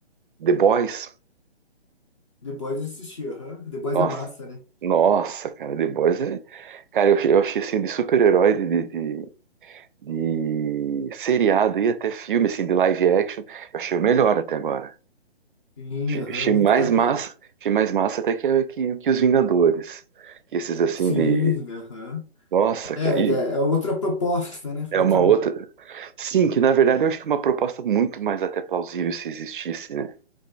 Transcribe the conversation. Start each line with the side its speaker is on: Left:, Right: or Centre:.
Right: The Boys?
Left: The Boys eu assisti, aham. The Boys
Right: Nossa,
Left: é massa, né?
Right: nossa, cara, The Boys é... Cara, eu, achei- eu achei assim de super-herói, de, de, de, de seriado e até filme, assim, de live action, eu achei o melhor até agora.
Left: Sim,
Right: Achei
Left: aham,
Right: achei
Left: muito
Right: mais
Left: bacana.
Right: massa, achei mais massa até que, que, que os Vingadores. esses assim
Left: Sim,
Right: de.
Left: aham.
Right: Nossa,
Left: É,
Right: cara, e
Left: é é outra proposta, né?
Right: é
Left: Outra.
Right: uma outra. Sim, que na verdade eu acho que é uma proposta muito mais até plausível se existisse, né?